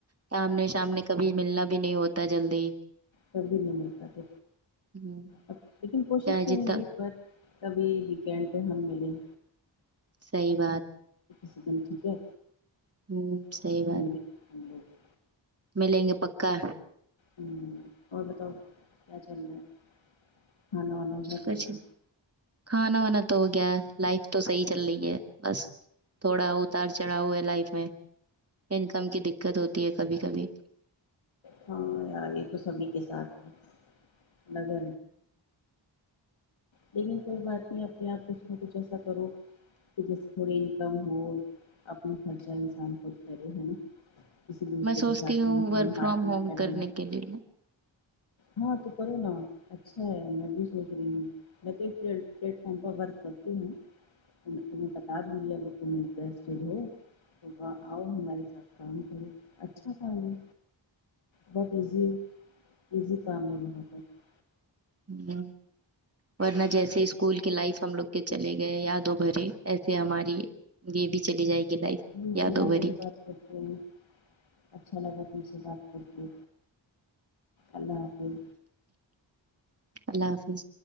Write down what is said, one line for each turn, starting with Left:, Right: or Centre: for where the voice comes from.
Right: سامنے سامنے کبھی ملنا بھی نہیں ہوتا جلدی
Left: کبھی نہیں مل پ
Right: ہوں،
Left: اب لیکن کوشش
Right: چاہے
Left: کریں
Right: جتنا
Left: گے ایک بار کبھی ویکینڈ پہ ہم ملیں
Right: صحی بات
Left: ک دن ٹھیک ہے
Right: ہوں صی
Left: اور
Right: بات
Left: ملیں ہم لوگ
Right: ملیں گے پکا
Left: ہ اور ب تو کیا چل رہ ہے کھانا وانا ہوا تمہارا
Right: کچ کھانا وانا تو ہو گیا لائف تو صحیح چل رہی ہے بس تھوڑا اتار چڑھا ہوا ہے لائف میں انکم کی دقت ہوتی ہے کبھی کبھی
Left: ہاں یار یہ تو سبھی کے ساتھ ہیں لگ <unintelligible> لیکن کوئی بات نہیں اپنے آپ اس میں کھ اچھا کرو پ جی تھوڑی انکم ہو اپنا خرچہ انسان کود کرے ہے نا کسی دوسرے
Right: میں سوچتی
Left: کے ساتھ
Right: ہوں
Left: میں تمہیں
Right: ورک
Left: ہاتھ
Right: فرام
Left: نہ
Right: ہوم
Left: پھیلانا
Right: کرنے
Left: پڑے
Right: کے لیے
Left: ہاں تو کرو نا اچھا ہے میں بھی سوچ رہی ہوں میں تو ایک پلیٹ فارم پر ورک کرتی ہوں تمہیں بتا دوں گی اگر تم انٹرسٹیڈ ہو تو وہ آؤ ہماری سا کام کریں اچھا کام ہے بہت ایزی ایزی کامیاب ہوتا ہے <unintelligible>
Right: ہ پڑھنا جیسے اسکول کی لائف ہم لوگ چلے گئے یادوں بھرے ایسے ہماری یہ بھی چلی جائے گی لائف
Left: انشا
Right: یادوں
Left: اللہ
Right: بھری
Left: پھر بات کرتی ہوں اچھا لگا تم سے بات کر کے اللہ حافظ
Right: اللہ حافظ